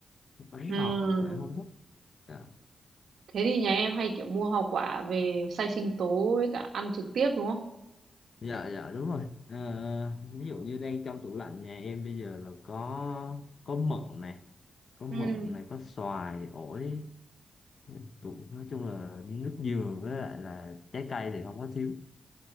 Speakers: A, on the left (about 60°); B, on the right (about 75°).
A: bánh
B: Ừm,
A: ngọt là vợ em không thích dạ
B: thế thì nhà em hay kiểu mua hoa quả về xay sinh tố với cả ăn trực tiếp đúng không
A: dạ, dạ đúng rồi Ờ, ví dụ như đang trong tủ lạnh nhà em bây giờ là có có mận này có mận
B: ừ
A: này có xoài ổi Ừ, cũng nói chung là nước dừa với lại là trái cây thì không có thiếu